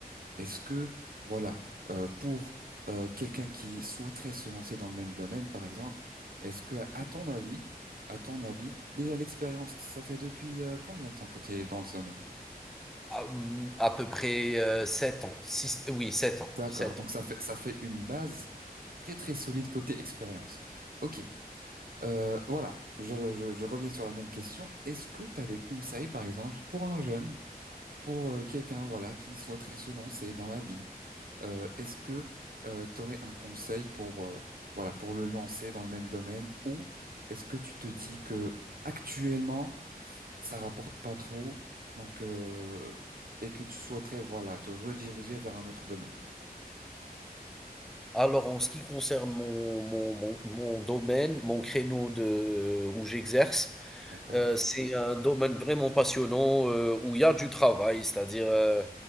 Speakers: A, on the right; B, in the centre.
A: Est-ce que, voilà, euh, pour euh, quelqu'un qui souhaiterait se lancer dans le même domaine, par exemple, est-ce que, à ton avis, à ton avis, déjà l'expérience, ça fait depuis euh, combien de temps que tu es dans ce domaine?
B: À, à peu près euh, 7 ans. Six- oui, 7 ans.
A: D'accord,
B: sept
A: donc
B: ans.
A: ça fait ça fait une base très très solide côté expérience. Ok, euh, voilà, je, je, je reviens sur la même question. Est-ce que tu as des conseils, par exemple, pour un jeune? pour euh, quelqu'un voilà qui souhaiterait se lancer dans la vie, euh, est-ce que tu aurais un conseil pour euh, voilà pour le lancer dans le même domaine ou est-ce que tu te dis que actuellement ça rapporte pas trop donc euh, et que tu souhaiterais voilà te rediriger vers un autre domaine?
B: Alors, en ce qui concerne mon, mon, mon, mon domaine, mon créneau de, euh, où j'exerce,
A: D'accord?
B: euh, c'est un domaine vraiment passionnant euh, où il y a du travail. C'est-à-dire, euh,